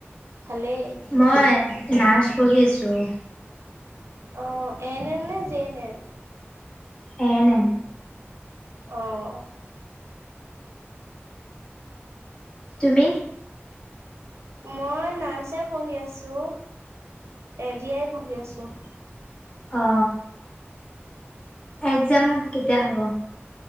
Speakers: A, on the right; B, on the left.
A: ভালেই।
B: মই নাৰ্চ পঢ়ি আছোঁ।
A: অ' এন এম নে G N M?
B: A N M.
A: অ'।
B: তুমি?
A: মই নাৰ্চে পঢ়ি আছোঁ, এ ডি আই পঢ়ি আছোঁ।
B: অ'। এক্সাম কেতিয়া হ'ব?